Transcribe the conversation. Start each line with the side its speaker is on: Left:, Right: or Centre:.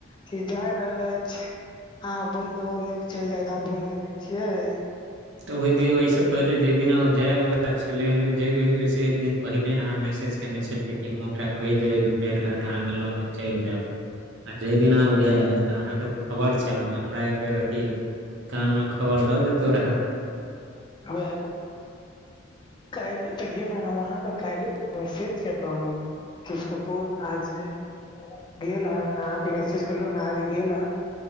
Left: कि जाय रहल अछि आहाँ बोलि देबौ ले के चलि जायत हम बोल देने छियै।
Right: तऽ ओहि दिन ओहिसँ पहिले जाहि दिना ओ जाइवला छलै एक दिन। पहिले अहाँ मैसेज कयने छलियै कि हम ओकरा कहि देबै कि पैट घाट अहाँके लऽ कऽ चलि जायब। आ जेहि दिना ओ गेलल तऽ अहाँके खबर छल तऽ हमरा एक बेर अथी। कान मऽ खबर दऽ देतो रहे।
Left: <unintelligible> काल्ले तऽ गेलो हम आहाँके काले तऽ मैसेज करलू हन किसको बोल आज। गेल हन अहाँके मैसेज करलो नऽ आज गेल हन